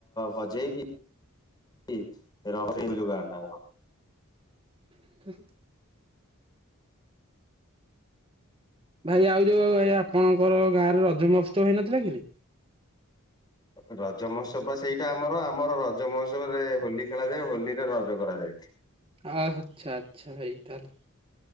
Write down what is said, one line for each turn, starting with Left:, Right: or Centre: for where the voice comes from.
Left: ବଜେଇକି କି ରଙ୍ଗ ଖେଳିଲୁ ବା ବା ବା।
Right: ହଁ ହ ଭାଇ ଆଉ ଯୋଉ ଭାଇ ଆପଣଙ୍କର ଗାଁ ରେ ରଜ ମହୋତ୍ସବ ହେଇନଥିଲା କି?
Left: ରଜ ମହୋତ୍ସବ ବା ସେଇଟା ଆମର ଆମର ରଜ ମହୋତ୍ସବରେ ହୋଲି ଖେଳାଯାଏ ହୋଲିରେ ରଜ କରାଯାଏ।
Right: ଆ ଆଚ୍ଛା ଆଚ୍ଛା ଭାଇ ତାହେଲେ।